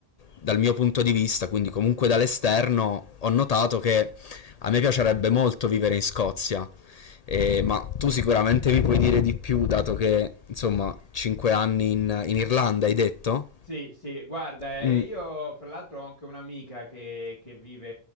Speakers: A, on the left; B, on the left.
A: dal mio punto di vista, quindi comunque dall'esterno ho notato che a me piacerebbe molto vivere in Scozia. eh, ma tu sicuramente mi puoi dire di più, dato che insomma 5 anni in, in Irlanda hai detto?
B: Sì, sì, guarda,
A: Mm,
B: eh, io fra l'altro ho anche un'amica che, che vive